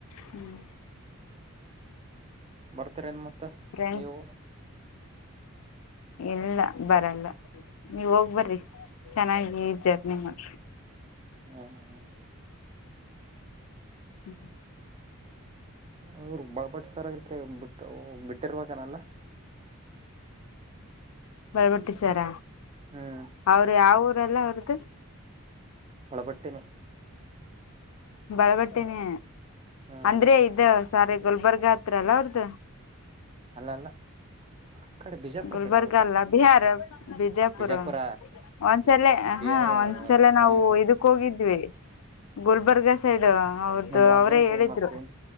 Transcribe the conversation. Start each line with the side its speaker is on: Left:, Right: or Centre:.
Left: ಹ್ಮ್
Right: ಬರ್ತಾರೆ ಏನ್ ಮಾ <unintelligible> ಮತ್ತ
Left: ಫ್ರೆಂಡ್
Right: ನೀವು
Left: ಇಲ್ಲ ಬರಲ್ಲ ನೀವ ಹೋಗ್ಬರ್ರಿ ಚೆನ್ನಾಗಿ ಜರ್ನಿ ಮಾಡ್ರಿ
Right: ಹ್ಮ್ ಹ್ಮ ಹ್ಮ್ <unintelligible>
Left: ಹ್ಮ
Right: ಅವರು ಬಳಬಟ್ಟ <unintelligible> ಸರ್ಕ್ಕೆ ಬಿಟ್ಟ ಬಿಟ್ಟಿರ್ಬೇಕನಲ್ಲ
Left: ಬಳ್ಬಿಟ್ಟಸಾರ
Right: ಹ್ಮ್
Left: ಅವರು ಯಾವ ಊರ್ ರೆಲ್ಲ ಅವ್ರದು <unintelligible>
Right: ಬಳಪಟ್ಟಿನೆ <unintelligible>
Left: ಬಳಬಟ್ಟೇನೆ
Right: ಹ್ಮ್
Left: ಅಂದ್ರೆ ಇದ್ದ <unintelligible> ಸಾರಿ ಗುಲ್ಬರ್ಗ ಹತ್ರಲ್ಲ ಅವ್ರದ್ದು
Right: ಅಲ್ಲ ಅಲ್ಲ ಆ ಕಡೆ ಬಿಜಾಪುರ
Left: ಗುಲ್ಬರ್ಗ
Right: ಕಡೆ ಅವ್ರದು
Left: ಅಲ್ಲ ಬಿಹಾರ ಬಿಜಾಪುರ್
Right: ಬಿಜಾಪುರ
Left: ಒಂದ್ಸಲ
Right: ಬಿಹಾರ್
Left: ಹಾ ಹ
Right: ಏನು
Left: ಒಂದ್ಸಲ
Right: ನಮ್
Left: ನಾವು ಇದಕ್ ಹೋಗಿದ್ವಿ ಗುಲ್ಬರ್ಗ್ ಸೈಡ್ ಅವ್ರ್ದು
Right: ನಮ್ ರಾಜ್ಯನ
Left: ಅವರೇ
Right: ಚೇಂಜ್
Left: ಹೇಳಿದ್ರು
Right: ಮಾಡ್ತೇನ್